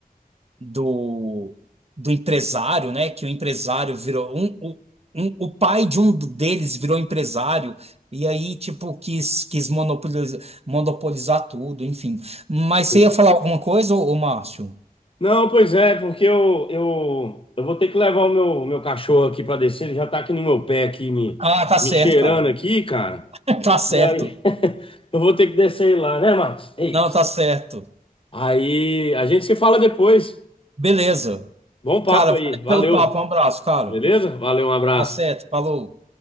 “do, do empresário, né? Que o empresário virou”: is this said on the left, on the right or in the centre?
Right